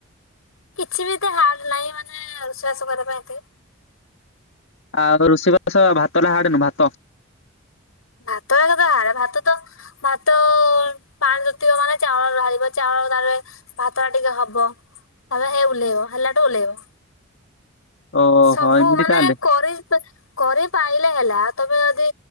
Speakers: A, on the left (about 85°); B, on the left (about 60°).
A: କିଛି ବି ଏତେ ହାର୍ଡ ନାହିଁ ମାନେ ସ ରୋଷେଇ ବାସ କରିବା ପାଇଁ ଏତେ।
B: ଆଉ ରୁଷେଇ ବାସ ଭାତ ନା ହାଡନୁ ଭାତ।
A: ଭାତ କଥା ଭ ଭାତ ତର- - ଭାତ ପାଣି ତାତିବ ମାନେ ଚାଉଳ ଢାଳିବ ଚାଉଳ ଢାଳଲେ -- ଭାତ ଟା ଟିକେ ହବ। ତା ହେ ଓହ୍ଲେଇବ ହେଲାଠୁ ଓହ୍ଲେଇବ।
B: ଓହୋ
A: ସବୁ
B: ଏମିତି
A: ମାନେ
B: ତାହେଲେ
A: କରି କରି ପାଇଲେ ହେଲା ଆଉ ତମେ ଯଦି